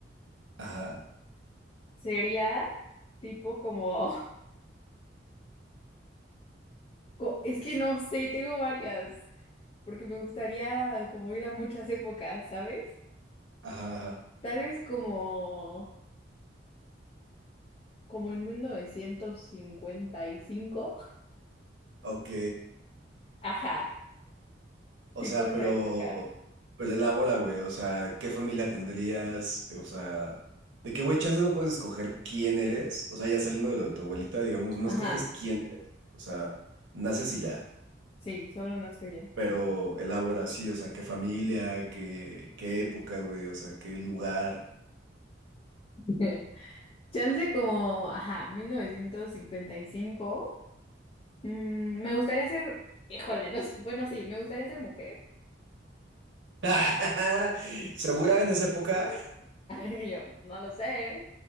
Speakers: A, on the right; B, on the left.
A: Ajá,
B: sería tipo como <laughs> Co- Es que no sé, tengo varias, porque me gustaría como ir a muchas épocas, ¿sabes?
A: ajá, ajá.
B: Tal vez como, como en mil novecientos cincuenta y cinco
A: Ok.
B: <laughs> Ajá,
A: O
B: tipo
A: sea,
B: esa
A: pero,
B: época.
A: pero elabora, güey. O sea, ¿qué familia tendrías? O sea, de qué, güey, chance no puedes escoger quién eres. O sea, ya saliendo de lo de tu abuelita, digamos, no
B: Ajá,
A: escoges quién eres. güey. O sea, naces y ya.
B: sí, solo nazco ya.
A: pero elabora así, o sea, qué familia, qué, qué época, güey, o sea, qué lugar.
B: <laughs> Chance como, ajá, 1955. Mm, me gustaría ser, híjole, no sé, bueno, sí, me gustaría ser mujer.
A: <laughs>
B: <laughs>
A: ¿Segura en esa época?
B: Y yo, no lo sé,